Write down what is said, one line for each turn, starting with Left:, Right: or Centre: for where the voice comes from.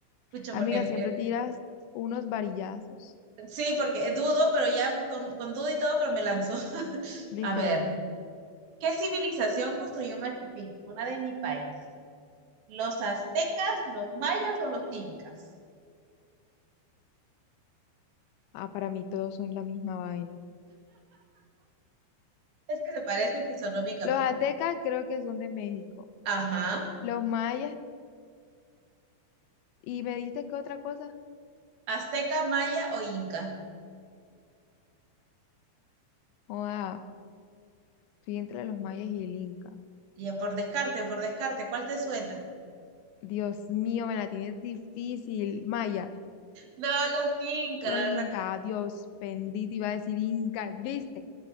Right: escucha,
Left: Amiga,
Right: porque eh,
Left: siempre tiras unos varillazos,
Right: sí, porque dudo, pero ya con, con duda y todo, pero me lanzó. <laughs>
Left: literalmente.
Right: A ver, ¿qué civilización construyó Machu Picchu? Una de mi país. ¿Los aztecas, los mayas o los incas?
Left: Ah, para mí todos son la misma vaina.
Right: Es que se parecen fisionómicamente.
Left: Los aztecas creo que son de México.
Right: Ajá.
Left: Los mayas, ¿y me diste qué otra cosa?
Right: Azteca, maya o inca.
Left: Joda, estoy entre los mayas y el inca.
Right: Ya por descarte, por descarte, ¿cuál te suena?
Left: Dios mío, me la tienes difícil. Maya,
Right: No, los incas.
Left: los incas,
Right: Ac-
Left: Dios bendito, iba a decir inca, ¿viste?